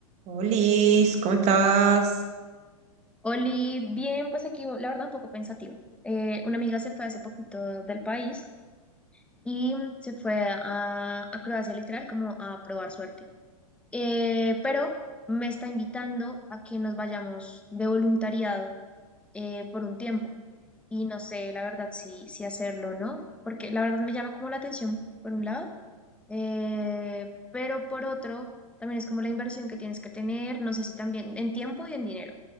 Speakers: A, on the right; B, in the centre.
A: Liz, ¿cómo estás?
B: Oli, bien, pues aquí la verdad un poco pensativa. Eh, una amiga se fue hace poquito del país y se fue a, a Croacia literal como a probar suerte. Eh, pero me está invitando a que nos vayamos de voluntariado eh, por un tiempo y no sé la verdad si, si hacerlo o no, porque la verdad me llama como la atención por un lado, eh, pero por otro también es como la inversión que tienes que tener, no sé si también en tiempo y en dinero.